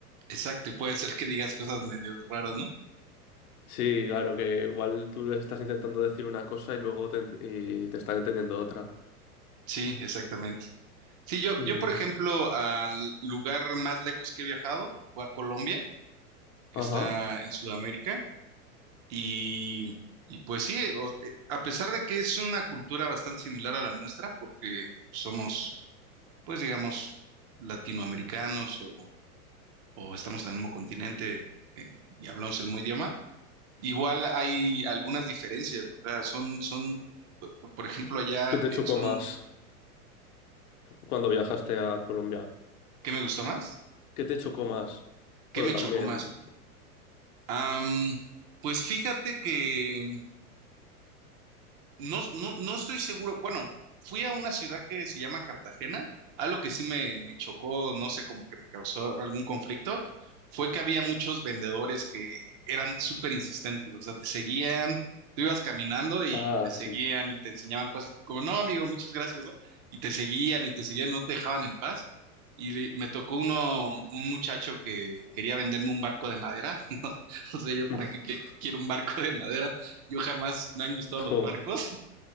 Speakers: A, on the right; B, on the left.
A: Exacto, y puede ser que digas cosas medio raras, ¿no?
B: Sí, claro, que igual tú les estás intentando decir una cosa y luego te, ent- y te están entendiendo otra.
A: Sí, exactamente. Sí, yo,
B: Y...
A: yo, por ejemplo, al lugar más lejos que he viajado fue a Colombia, que
B: Ajá.
A: está en Sudamérica, y, y pues sí, o- eh, a pesar de que es una cultura bastante similar a la nuestra, porque somos, pues digamos, latinoamericanos o o estamos en el mismo continente eh, y hablamos el mismo idioma. Igual hay algunas diferencias, o sea, son, son, p- por ejemplo, allá
B: ¿Qué te
A: eh,
B: chocó
A: son,
B: más cuando viajaste a Colombia?
A: ¿qué me gustó más?
B: ¿Qué te chocó más?
A: ¿Qué
B: Bueno,
A: me
B: también.
A: chocó más? Am, pues fíjate que No, no, no estoy seguro. Bueno, fui a una ciudad que se llama Cartagena. Algo que sí me, me chocó, no sé, como que me causó algún conflicto, fue que había muchos vendedores que eran súper insistentes. O sea, te seguían, tú ibas caminando y
B: Ah,
A: te seguían
B: sí.
A: y te enseñaban cosas. Y tú como, no, amigo, muchas gracias, ¿no? Y te seguían y te seguían, no te dejaban en paz. Y le- me tocó uno, un muchacho que quería venderme un barco de madera, <laughs> ¿no? O sea, yo, ¿para
B: <laughs>
A: qué qué- quiero un barco de madera? Yo jamás me han gustado los
B: Jo,
A: barcos